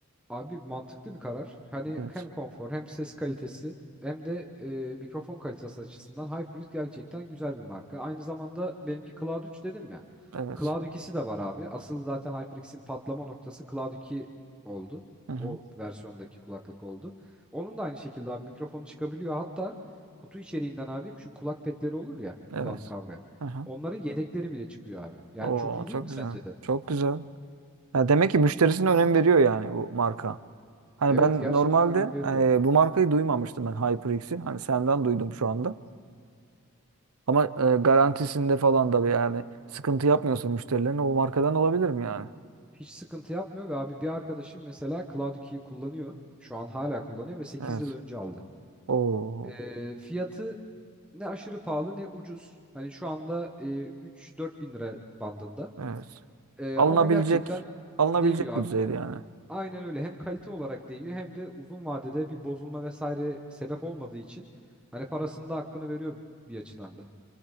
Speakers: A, in the centre; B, on the right (about 80°).
A: Abi mantıklı bir karar. Hani
B: Evet.
A: hem konfor hem ses kalitesi hem de e, mikrofon kalitesi açısından HyperX gerçekten güzel bir marka. Aynı zamanda benimki Cloud 3 dedim ya.
B: Evet.
A: Cloud 2'si de var abi. Asıl zaten HyperX'in patlama noktası Cloud 2 oldu.
B: Hı hı.
A: O versiyondaki kulaklık oldu. Onun da aynı şekilde abi mikrofonu çıkabiliyor. Hatta kutu içeriğinden abi şu kulak petleri olur ya
B: Evet.
A: kulağını kavrayan.
B: Hı hı.
A: Onların yedekleri bile çıkıyor abi. Yani
B: Oo,
A: çok iyi
B: çok
A: değil mi
B: güzel.
A: sence de?
B: Çok güzel. Ya demek ki müşterisine önem veriyor yani bu marka. Hani
A: Evet
B: ben
A: gerçekten
B: normalde
A: önem veriyor.
B: e, bu markayı duymamıştım ben HyperX'i. Hani senden duydum şu anda. Ama e, garantisinde falan da bir yani sıkıntı yapmıyorsa müşterilerine o markadan olabilir mi yani?
A: Hiç sıkıntı yapmıyor ve abi bir arkadaşım mesela Cloud 2'yi kullanıyor. Şu an hala kullanıyor ve sekiz
B: Evet.
A: yıl önce aldı.
B: Oo,
A: Ee, fiyatı ne aşırı pahalı ne ucuz. Hani şu anda e, 3-4 bin lira bandında.
B: evet.
A: Ee,
B: Alınabilecek
A: ama gerçekten
B: alınabilecek
A: değiyor abi.
B: bir düzeyde yani.
A: Aynen öyle. Hem kalite olarak değiyor hem de uzun vadede bir bozulma vesaire sebep olmadığı için hani parasında hakkını veriyor bir açıdan da.